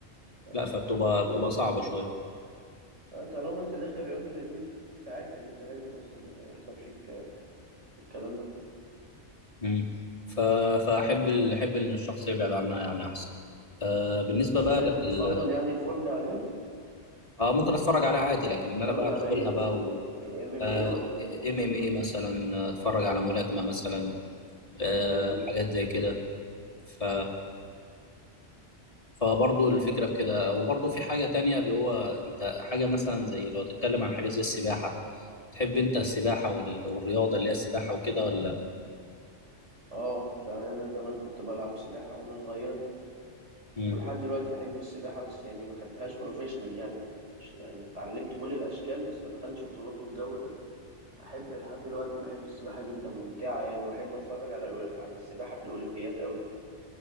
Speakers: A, on the right; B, on the left.
A: آه،
B: لا فبتبقى
A: طبيعي
B: بتبقى صعبه شويه
A: طالما انت داخل رياضة زي دي انت عارف ان انت لازم اصلا هيحصل فيك الكلام ده
B: مم. ف... فاحب ال- احب ان الشخص يبعد عنها يعني احسن آه بالنسبه
A: بس
B: بقى
A: انت انت بتفضل
B: لل...
A: يعني الفرجة عليها
B: اه ممكن اتفرج عليها عادي
A: يعني
B: لكن
A: بتتفرج
B: إن انا بقى ادخلها
A: على ايه مثلا
B: بقى
A: يعني
B: و...
A: ام ام
B: آه،
A: ايه ولا
B: إيه،
A: بوكسنج
B: ام ام اي
A: ولا
B: مثلا
A: ايه
B: اتفرج على ملاكمه مثلا آه،
A: مم.
B: حاجات زي كده ف فبرضه الفكرة في كده وبرضه في حاجة تانية اللي هو انت حاجة مثلا زي لو تتكلم عن حاجة زي السباحة تحب انت السباحة وال... والرياضة اللي هي السباحة وكده ولا
A: اه يعني انا زمان كنت بلعب سباحة وانا صغير
B: مم.
A: ولحد دلوقتي احب السباحة بس يعني ما خدتهاش بروفيشنال يعني مش يعني اتعلمت كل الاشكال بس ما دخلتش بطولات والجو ده احب لحد دلوقتي بحب السباحة جدا ممتعة يعني واحب اتفرج على الأول- على السباحة في الاولمبيات قوي